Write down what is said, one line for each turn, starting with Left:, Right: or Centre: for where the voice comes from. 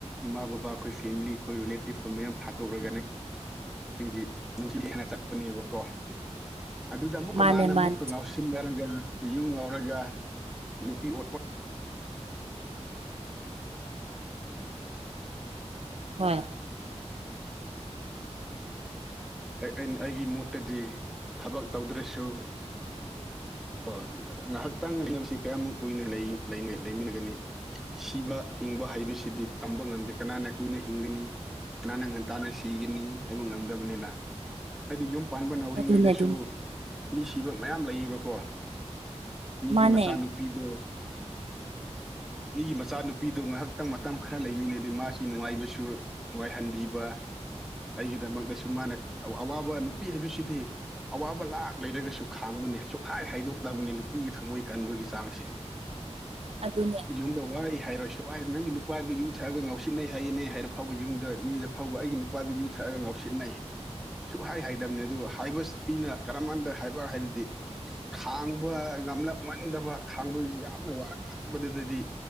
Centre: ꯏꯃꯥ ꯕꯕꯥ ꯑꯩꯈꯣꯏ ꯐꯦꯃꯤꯂꯤ ꯑꯩꯈꯣꯏ ꯔꯤꯂꯦꯇꯤꯞ ꯑꯩꯈꯣꯏ ꯃꯌꯥꯝ ꯊꯥꯗꯣꯛꯔꯒ ꯅꯪ ꯅꯪꯒꯤ ꯅꯨꯡꯊꯤꯅ ꯆꯠꯄꯅꯦꯕꯀꯣ ꯑꯗꯨꯗ ꯑꯃꯨꯛꯀ
Right: ꯃꯥꯅꯦ
Centre: ꯃꯥꯅ ꯑꯃꯨꯛꯀ
Right: ꯃꯥꯅꯦ
Centre: ꯉꯥꯎꯁꯤ ꯉꯥꯎꯁꯤꯟꯅꯔꯒ ꯌꯨ ꯉꯥꯎꯔꯒ ꯅꯨꯄꯤ ꯑꯣꯠꯄ
Right: ꯍꯣꯏ
Centre: ꯑꯩ ꯑꯩꯒꯤ ꯃꯣꯠꯇꯗꯤ ꯊꯕꯛ ꯇꯧꯗ꯭ꯔꯁꯨ ꯑꯣ ꯉꯥꯏꯍꯥꯛꯇꯥꯡ ꯂꯩꯅꯕꯁꯤ ꯀꯌꯥꯝꯃꯨꯛ ꯀꯨꯏꯅ ꯂꯩꯃꯤꯟꯅꯒꯅꯤ ꯁꯤꯕ ꯍꯤꯡꯕ ꯍꯥꯏꯕꯁꯤꯗꯤ ꯇꯝꯕ ꯉꯝꯗꯦ ꯀꯅꯥꯅ ꯀꯨꯏꯅ ꯍꯤꯡꯒꯅꯤ ꯀꯥꯅꯅ ꯉꯟꯇꯥꯅ ꯁꯤꯒꯅꯤ ꯍꯥꯏꯕ ꯉꯝꯗꯕꯅꯤꯅ ꯍꯥꯏꯗꯤ ꯌꯨꯝ ꯄꯥꯟꯕ ꯅꯧꯔꯤꯉꯩꯗꯁꯨ
Right: ꯑꯗꯨꯅꯦ ꯑꯗꯨꯅꯦ
Centre: ꯃꯤ ꯁꯤꯕ ꯃꯌꯥꯝ ꯂꯩꯌꯦꯕꯀꯣ ꯃꯤꯒꯤ
Right: ꯃꯥꯅꯦ
Centre: ꯃꯆꯥꯅꯨꯄꯤꯗꯣ ꯃꯤꯒꯤ ꯃꯆꯥꯅꯨꯄꯤꯗꯣ ꯉꯥꯏꯍꯥꯛꯇꯪ ꯃꯇꯝ ꯈꯔ ꯂꯩꯃꯤꯟꯅꯗꯤ ꯃꯥꯁꯤ ꯅꯨꯡꯉꯥꯏꯕꯁꯨ ꯅꯨꯡꯉꯥꯏꯍꯟꯕꯤꯕ ꯑꯩꯒꯤꯗꯃꯛꯇꯁꯨꯨꯝ ꯃꯥꯅ ꯑꯋꯥꯕ ꯅꯨꯄꯤ ꯍꯥꯏꯕꯁꯤꯗꯤ ꯑꯋꯥꯕ ꯂꯥꯛ ꯂꯩꯔꯒꯁꯨ ꯈꯥꯡꯕꯅꯦ ꯁꯨꯛꯈꯥꯏ ꯍꯥꯏꯗꯣꯛꯇꯕꯅꯤ ꯅꯨꯄꯤꯒꯤ ꯊꯝꯃꯣꯏ ꯀꯟꯕꯒꯤ ꯆꯥꯡꯁꯦ
Right: ꯑꯗꯨꯅꯦ
Centre: ꯌꯨꯝꯗ ꯋꯥꯏ ꯍꯥꯏꯔꯣꯏꯁꯨ ꯋꯥꯏ ꯅꯪꯒꯤ ꯅꯨꯄꯥꯗꯨ ꯌꯨ ꯊꯛꯑꯒ ꯉꯥꯎꯁꯤꯟꯅꯩ ꯍꯥꯏꯌꯦꯅꯩ ꯍꯥꯏꯔ ꯐꯥꯎꯕ ꯌꯨꯝꯗ ꯃꯤꯗ ꯐꯥꯎꯕ ꯑꯩꯒꯤ ꯅꯨꯄꯥ ꯅꯨꯄꯥꯗꯨ ꯌꯨ ꯊꯛꯑꯒ ꯉꯥꯎꯁꯤꯅꯩ ꯁꯨꯛꯍꯥꯏ ꯍꯥꯏꯗꯕꯅꯦ ꯑꯗꯨ ꯍꯥꯏꯕ ꯃꯤꯅ ꯀꯔꯝ ꯀꯥꯟꯗ ꯍꯥꯏꯕ ꯍꯥꯏꯔꯗꯤ ꯈꯥꯡꯕ ꯉꯝꯂꯛꯃꯟꯗꯕ ꯈꯥꯡꯕꯁꯨ ꯌꯥꯝꯅ ꯋꯥꯔꯛꯃꯟꯕꯗꯨꯗꯗꯤ